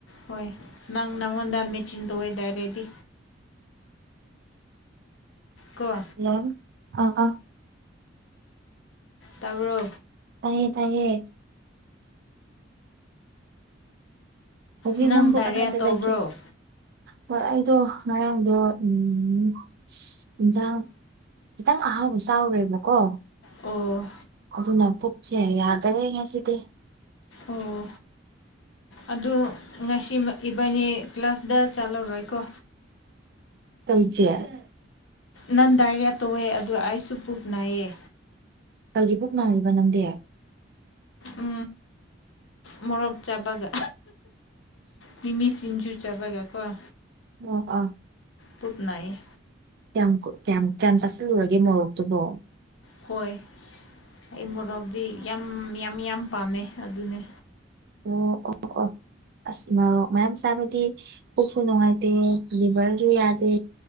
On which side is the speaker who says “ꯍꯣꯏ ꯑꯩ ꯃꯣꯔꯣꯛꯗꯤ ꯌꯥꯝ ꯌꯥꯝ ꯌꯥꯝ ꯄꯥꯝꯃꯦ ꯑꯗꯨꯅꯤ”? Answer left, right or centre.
Left